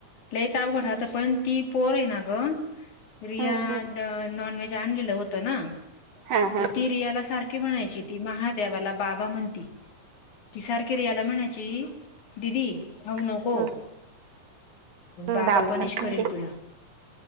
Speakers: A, on the left; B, on the right.
A: लच अवघड
B: हम्म
A: राहात पण <unintelligible> ती पोर आहे ना ग रिया
B: हम्म
A: नॉन व्हेज आणलेलं होतं ना
B: हा हा
A: तर ती <unintelligible> रियाला सारखे म्हणायची ती महादेवाला बाबा म्हणती ती सारखी रियाला म्हणायची <unintelligible> जी दीदी खाऊ नको
B: हम्म हम्म
A: बाबा
B: बाबाला
A: पनिश
B: सांगते
A: करेल तुला <unintelligible>